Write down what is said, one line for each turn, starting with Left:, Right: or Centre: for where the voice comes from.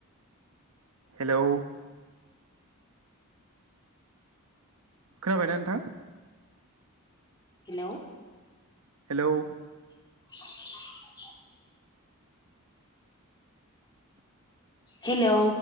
Right: हेलौ खोनाबायना नोंथां?
Left: Hello
Right: hello
Left: <unintelligible> hello